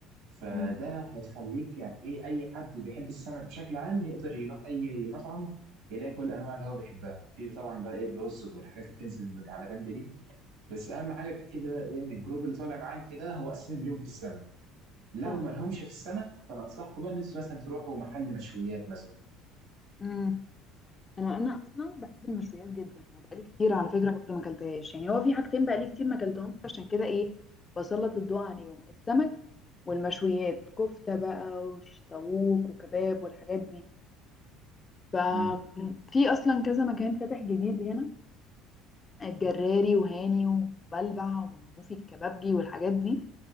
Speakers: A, on the right; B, on the left.
A: فده
B: مم.
A: هيخليك يعني ايه اي حد بيحب السمك بشكل عام يقدر يروح اي مطعم يلاقي كل الانواع اللي هو بيحبها في طبعا بقى ايه الرز والحاجات اللي بتنزل على جنب دي بس اهم حاجه تاكدي بقى ايه ان الجروب اللي طالع معاك كده هو اساسا ليهم في السمك لو
B: آه.
A: ما لهمش في السمك فانا انصحكم بقى ان انتوا مثلا تروحوا محل مشويات مثلا
B: مم. انا انا اصلا بحب المشويات جدا وبقالي كتير على فكره برضه ما اكلتهاش يعني هو في حاجتين بقالي كتير ما اكلتهمش عشان كده ايه بسلط الضوء عليهم السمك والمشويات كفته بقى وشطاووك وكباب والحاجات دي ففي
A: امم
B: اصلا كذا مكان فاتح جديد هنا الجراري وهاني وبلبع وفي الكبابجي والحاجات دي